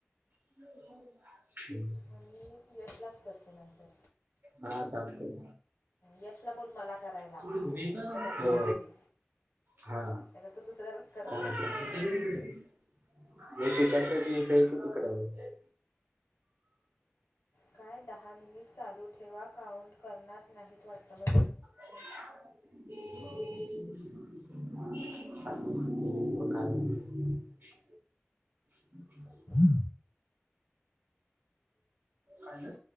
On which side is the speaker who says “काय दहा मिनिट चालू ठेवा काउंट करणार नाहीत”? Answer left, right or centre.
Left